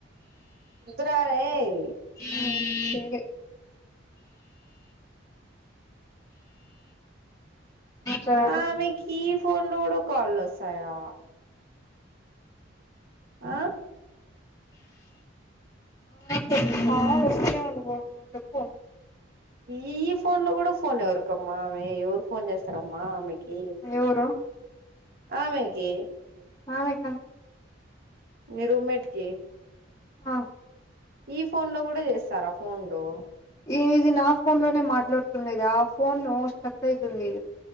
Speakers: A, on the right; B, on the left.
A: సరే
B: నీదే చాలు
A: ఆమెకి ఈ ఫోన్ లో కూడా కాల్లోస్తాయా ఆ
B: రస్త అను <unintelligible> చెప్పు
A: ఈ ఇ ఫోన్ లో కూడా ఫోన్ ఎవరికమ్మా ఆమె ఎవరు ఫోన్ చేస్తారమ్మా ఆమెకి
B: ఎవరో
A: ఆమెకి
B: ఆవేకా
A: నీ రూమెట్కి
B: ఆ
A: ఈ ఫోన్లో కూడా చేస్తారా ఫోన్లు
B: ఈ ఇది నా ఫోన్లోనే మాట్లాడుతుండద ఆ ఫోన్ స్టక్ అవుతుంది